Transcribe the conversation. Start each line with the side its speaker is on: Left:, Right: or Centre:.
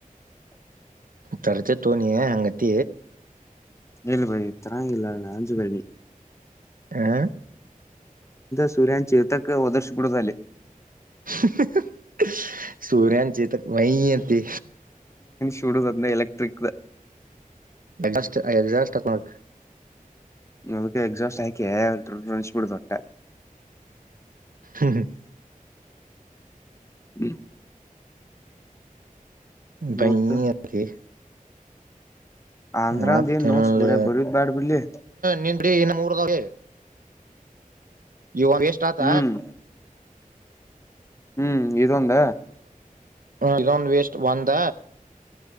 Right: ತರಚ ತೋಣಿಯ ಅಂಗತ್ತ
Left: ಏಳ ಬಿ ತರಾ ಇಲ್ಲ ಅಂಜು ಬರಿನಿ
Right: ಹಾ
Left: ಸುರಾನ್ಚ ಇರ್ತಕ್ಕ ಒದಚಿ ಕೊಡತಲ್ಲೆ
Right: <unintelligible> ಸೂರ್ಯಚ ತ ವಿಂತೆ
Left: ಚೂಡು ಅದ್ನ ಎಲೆಕ್ಟ್ರಿಕ್ ನ
Right: ಎಜೆಸ್ಟ್ ಎಡ್ಜಸ್ಟ್ ಮಾಡು
Left: ಅದಕ್ಕ ಎಕ್ಸಾಸ್ಟ್ ಹಾಕಿ ಡೂರ ಅನ್ಸಿ ಬಿಡೋದು ವಟ್ಟ
Right: ಹ್ಮ್ ಹ್ಮ
Left: ಹ್ಮ
Right: ಬ
Left: ಮತ್ತ
Right: <unintelligible>
Left: ಆಂಧ್ರ
Right: ಮತ್ತ
Left: ಅಂದ ಏನ್ ನೋಟ್ಸ್
Right: ಹೊಳ್ಳಿ
Left: ಬರ ಬರದ್ ಬ್ಯಾಡ್ ಬಿಡ್ಲಿ
Right: ನಿನ್ ಬಿೀ ಇನ್ನ ಮೂರ ಊರ್ದೆ ಇವ ವೆಸ್ಟ್ ಆತ
Left: ಹ್ಮ್ ಹ್ಮ್ ಇದೊಂದ
Right: ಹ ಇದೊಂದು ವೇಸ್ಟ್ ಒಂದ